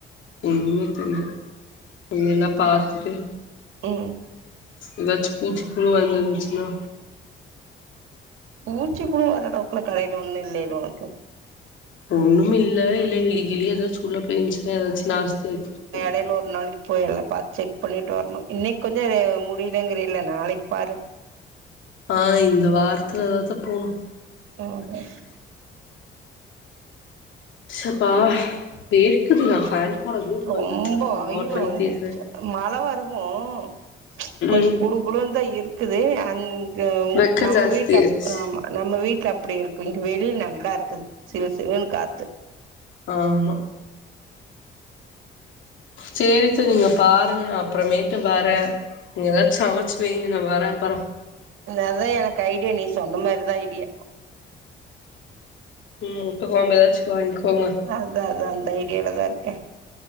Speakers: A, on the left (about 70°); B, on the right (about 85°).
A: ஒண்ணுமே தெரில இப்ப இதெல்லா பாத்துட்டு
B: ம்
A: எதாச்சி பூச்சிப்புழு வந்துந்துச்சினா
B: பூச்சி கூட வரடவுக்குல கடையில ஒன்னும் இல்லையே ப்ரோ ச
A: ஒன்னும் இல்ல இல்ல எலி கிளி ஏதாச்சும் உள்ள போய்ந்துச்சுன்ன ஏதாச்சும் நாஸ்தியாக்கிருக்கு
B: நேர்ல ஒரு நாளைக் போய் எல்லாம் பாத் செக் பண்ணிட்டு வரணும் இன்னைக்கு கொஞ்சம் முடியலங்கிற இல்ல நாளைக்கு பாரு
A: ஆ இந்த வார்த்தில ஏதாவத்தா போணும்
B: ஆமா
A: ஸ்ஷப்பா வேர்க்குதுடா ஃபேன் போடாமயே உக்காந்துருக்குறே
B: ரொம்பொ
A: நா
B: ஐயோ
A: ஒரு பைத்தியக்காரி
B: ரொம்பொ பு மழ வரவும் கொஞ்சம்
A: ம்
B: குழு குழுன்னு தா இருக்குது அங்கவ்
A: வெக்க
B: நம்ம
A: ஜாஸ்தி
B: வீட்ல
A: ஆயிடுச்சு
B: அப் ஆமா நம்ம வீட்ல அப்டி இருக்கும் இங்க வெளிய நல்லா இருக்குது சிவ சிவனு காத்து
A: ஆமா சேரி சேரி நீங்க பாருங்க நா அப்பறமேட்டு வரேன் நீங்க ஏதாச்சு சமச்சு வைங்க நா வர்றே அப்பறொ
B: அதான் எனக்கு ஐடியா நீ சொன்ன மாரிதான் ஐடியா
A: உம் முட்ட கொழம்பு எதாச்சு வாங்கிக்கோங்க
B: அதான் அதான் அதான் அந்த ஐடியால தான் இருக்கேன்